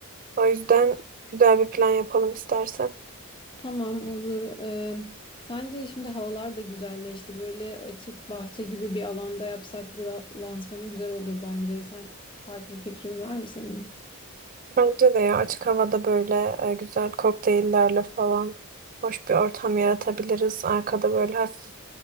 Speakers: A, on the right; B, on the left.
A: O yüzden güzel bir plan yapalım istersen.
B: Tamam olur. Ee, sence şimdi havalar da güzelleşti. Böyle açık bahçe gibi bir alanda yapsak bura lansmanı güzel olur bence. Sen farklı bir fikrin var mı senin?
A: Bence de ya açık havada böyle e, güzel kokteyllerle falan hoş bir ortam yaratabiliriz. Arkada böyle hafif